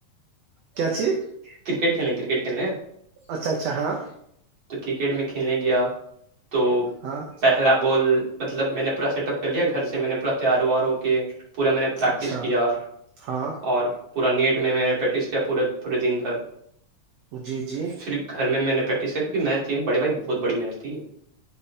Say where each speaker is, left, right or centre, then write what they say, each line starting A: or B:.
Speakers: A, on the right; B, on the right.
A: کیا چی <inaudible>
B: کرکٹ کھیلنے ک کرکٹ کلنے
A: اچھا اچھا ہاں
B: تو کرکٹ میں کھیلنے گیا تو
A: ہاں
B: پہلا بال مطلب میں نے پورا سیٹ اپ کر لیا گھر سے میں نے پورا تیار وار ہو کے پورا میں نے پریکٹس
A: اچھا
B: کیا
A: ہاں
B: اور پورا نیٹ میں میں نے پریکٹس کیا پورے پورے دن بھر
A: جی جی
B: پھر گھر میں نے پریکٹس کیا کیونک میچ تھیڑ بہت بڑیچ تھی <inaudible>